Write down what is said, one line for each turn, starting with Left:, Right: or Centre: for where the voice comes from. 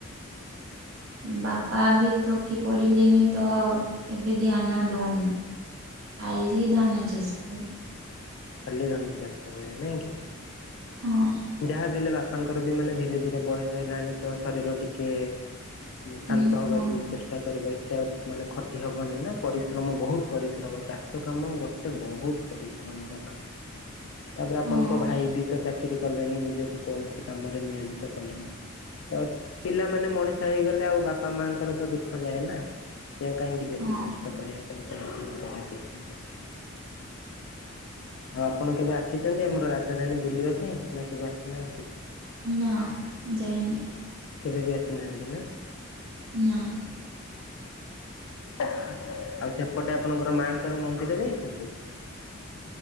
Right: ବାପା ବି ଥକି ପଡିଲେନି ତ ଏବେ ଧ୍ୟାନ ଦଉନୁ। ଆଲି ଧାନ ଚାଷ କରୁ।
Left: ଖଲି ଧାନ ଚାଷ ହୁଏ ନାଇଁ କି?
Right: ହଁ
Left: ଯାହା ବି ହେଲେ ବାପାଙ୍କର ବି ମାନେ ଧୀରେ ଧୀରେ ବୟସ ହେଲାଣି ତ ଶରୀର ଟିକେ ଶାନ୍ତ
Right: ଉଁ
Left: ହବାକୁ
Right: ହଁ
Left: ଚେଷ୍ଟା କରିବ। ମାନେ ଖଟି ହବନି ନା ପରିଶ୍ରମ ବହୁତ ପରିଶ୍ରମ ଚାଷ। କାମ ଗୋଟେ ବହୁତ ପରିଶ୍ରମର କାମ ତାପରେ ଆପଣଙ୍କ
Right: ହଁ
Left: ଭାଇ ତି ତ ଚାକିରି। କଲେଣି ନିଜକୁ କୌଣସି କାମରେ ନିୟୋଜିତ କଲେଣି। ତ ପିଲାମାନେ ମଣିଷ ହେଇଗଲେ ଆଉ ବାପା ମା ଙ୍କର ତ ଦୁଃଖ ଯାଏ ନା ସେ କାହିଁକି ବେଶୀ
Right: ହଁ
Left: କଷ୍ଟ କରିବା ପାଇଁ କରିବାକୁ ଇଚ୍ଛା କରିବେ।
Right: <inaudible>
Left: ଆଉ ଆପଣ କେବେ ଆସିଚନ୍ତି ଆମର ରାଜଧାନୀ ବୁଲିବା ପାଇଁ ନା କେବେ ଆସିନାହାନ୍ତି?
Right: ନା ଯାଇନି।
Left: କେବେ ବି ଆସିନାହାନ୍ତି ନା?
Right: ନା।
Left: ଆଉ ସେପଟେ ଆପଣଙ୍କର ମାଙ୍କର ମନ୍ଦିର ଯାଇଚନ୍ତି?